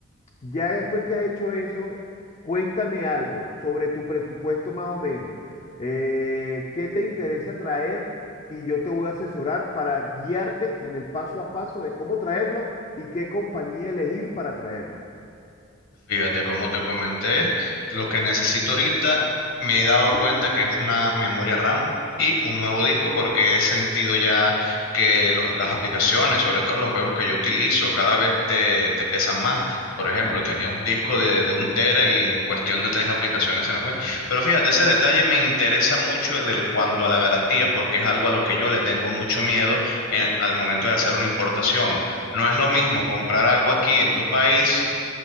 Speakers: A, on the left; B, on the left.
A: ya después que has hecho eso, cuéntame algo sobre tu presupuesto más o menos. Eh, ¿qué te interesa traer? Y yo te voy a asesorar para guiarte en el paso a paso de cómo traerlo y qué compañía elegir para traerlo.
B: Fíjate, como te comenté, lo que necesito ahorita me he dado cuenta que es una memoria RAM y un nuevo disco porque he sentido ya que los- las aplicaciones, sobre todo los juegos que yo utilizo, cada vez te, te pesan más. Por ejemplo, tenía un disco de, de un tera y en cuestión de tres aplicaciones se me fue. Pero fíjate, ese detalle me interesa mucho del cuanto a la garantía porque es algo a lo que yo le tengo mucho miedo en- al momento de hacer una importación. No es lo mismo comprar algo aquí en tu país